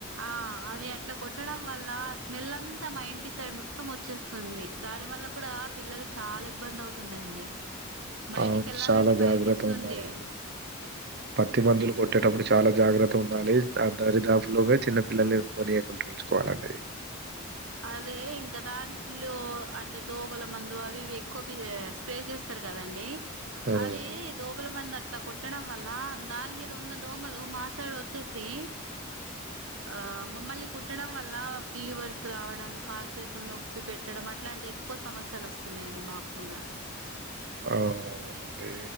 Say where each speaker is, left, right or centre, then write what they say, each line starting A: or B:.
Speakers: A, on the right; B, on the right.
A: ఆ అవి అట్లా కొట్టడం వల్ల స్మెల్ అం అంతా మా ఇంటి సైడ్ మొత్తం వచ్చేస్తుంది దాని వల్ల కూడా పిల్లలకి చాలా ఇబ్బంది అవుతుందండి బయటికి
B: అ
A: వెళ్ళాలంటే
B: చాలా
A: భయం
B: జాగ్రత్తగా
A: వేస్తుంది
B: ఉండాలండి పత్తి మందులు కొట్టేటప్పుడు చాలా జాగ్రత్తగా ఉండాలి అం దరిదాఫు లోనే చిన్న పిల్లల్ని పోనియకుండ్రి ఉంచుకోవాలండి
A: అదే ఇంకా దాంట్లో అంటే దోమల మందు అవి ఇవి కొద్దిగా స్ప్రే చేస్తారు కదండి
B: హ్మ్.
A: అవి దోమల మంద ఇట్లా కొట్టడం వల్ల దాని మీద ఉన్న దోమలు మా సైడు వచి వచ్చేసి ఆ అమ్మ మళ్లీ కు కుట్టడం వల్ల ఫీ రావడం కాలు చేతులను ఉప్పి పెట్టడం అట్లాంటి ఎక్కువ సమస్యలు వస్తున్నాయండి మాకు కూడా
B: ఆ అ